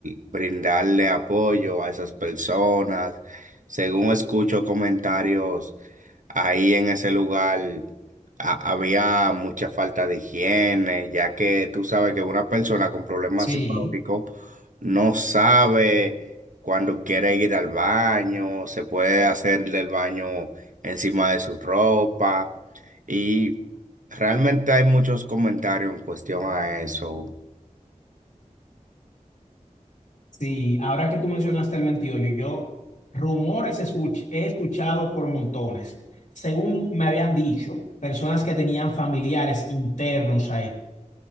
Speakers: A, on the right; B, on the left.
A: brindarle apoyo a esas personas. Según escucho comentarios, ahí en ese lugar ha- había mucha falta de higiene, ya que tú sabes que una persona con problemas
B: Sí.
A: psicológicos no sabe cuando quiere ir al baño, se puede hacerle el baño encima de su ropa. Y realmente hay muchos comentarios en cuestión a eso.
B: Sí, ahora que tú mencionaste el 28, yo rumores escuch- he escuchado por montones. Según me habían dicho, personas que tenían familiares internos ahí,